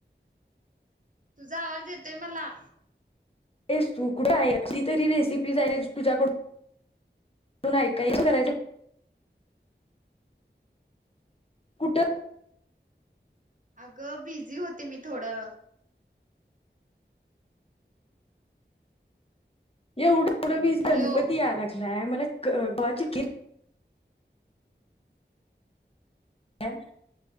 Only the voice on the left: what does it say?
तेस तू कुठं आहे की तरी रेसिपी आहे तुझ्याकडूनून ऐकाय करायची कुठं
एवढं पुढं वी
गणपती याला नाही मला गवाची कि ह